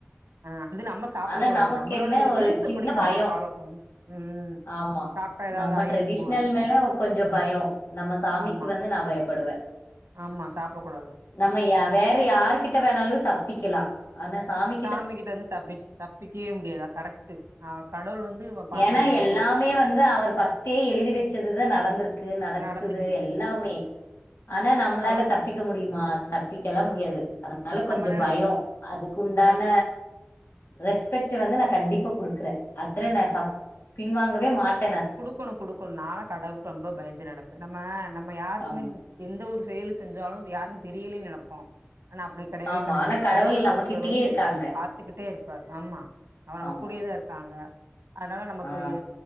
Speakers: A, on the right; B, on the left.
A: ஆ அது நம்ம சாப்டக்
B: ஆனா
A: கூடாது
B: நமக்கு
A: நம்மளோட
B: என்ன ஒரு
A: ரூல்ஸ்
B: சின்ன
A: படி நம்ம
B: பயம்.
A: ஃபாலோ பண்ணு ம்
B: ஆமா
A: சாப்ட்டா ஏதாவது
B: நம்ம
A: ஆயிருமோ
B: ட்ரெடிஷ்னல்
A: நமக்கு
B: மேல கொஞ்சோ பயோ நம்ம சாமிக்கு
A: ஆமா
B: வந்து நா பயப்படுவே
A: ஆமா சாப்ட கூடாது
B: நம்ம வேற யார்கிட்ட வேணாலு தப்பிக்கலா ஆனா சாமி
A: சாமி கிட்ட வந்து தப்பி தப்பிக்கயே முடியாது கரெக்ட் ஆ கடவுள் வந்து பா
B: ஏனா
A: நம்ம
B: எல்லாமே
A: ஒரு
B: வந்து அவரு ஃபஸ்ட் எழுதி வச்சதுதா நடந்துருக்கு நடக்குது
A: நடந்துகிட்டு இருக்கு
B: எல்லாமே ஆனா நம்ளால
A: அவங்க
B: தப்பி க்க முடியுமா தப்பிக்கல்லா முடியாது அதனால கொஞ்சோ
A: நம்ம நெனப்
B: பயோ அதுக்கு உண்டான
A: நம்ம
B: ரெஸ்பெக்ட் வந்து நா கண்டிப்பா குடுக்குறே அதுல நா தப் பின்வாங்கவே மாட்
A: குடுக்கணு குடுக்கணு நாள கடவுளுக்கு ரொம்ப பயந்து நடப்பே நம்ம நம்ம யாருக்குமே
B: ஆமா.
A: எந்த ஒரு செயலு செஞ்சாலு யாருக்கு தெரில நெனப்போ ஆனா அப்டி கெடயவே
B: ஆமா.
A: கெடையாது
B: ஆனா
A: கடவுள்
B: நம்மகிட்டயே
A: ஒருத்தர் வந்து
B: இருக்காங்க.
A: பாத்துக்கிட்டே இருப்பார் ஆமா அவ நம்ம
B: ஆமா.
A: கூடியேதா இருக்காங்க அதனால நமக்கு
B: ஆ.